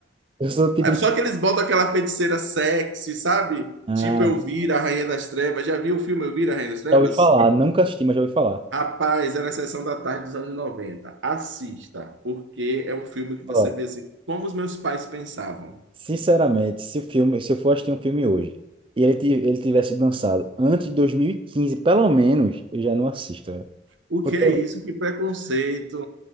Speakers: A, on the right; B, on the right.
A: eu sou o tipo
B: Só
A: de...
B: que eles botam aquela feiticeira sexy, sabe?
A: Ah,
B: Tipo Elvira, a Rainha das Trevas. Já viu o filme Elvira, a Rainha das Trevas?
A: já ouvi falar, nunca assisti, mas já ouvi falar.
B: Rapaz, era a sessão da tarde dos anos 90. Assista, porque é um filme que
A: Ó,
B: você vê assim, como os meus pais pensavam.
A: sinceramente, se o filme, se eu for assistir um filme hoje e ele, ti- ele tivesse lançado antes de 2015, pelo menos, eu já não assisto, velho.
B: O
A: Porque
B: que é
A: eu,
B: isso? Que preconceito.